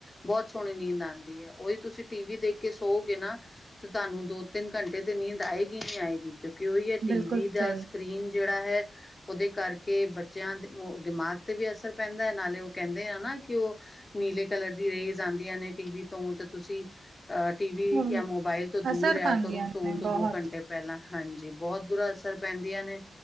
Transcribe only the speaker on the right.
ਬਿਲਕੁਲ
ਸਹੀ
ਹੋਵੇ
ਅਸਰ
ਪਾਉਂਦੀਆਂ
ਨੇ
ਬਹੁਤ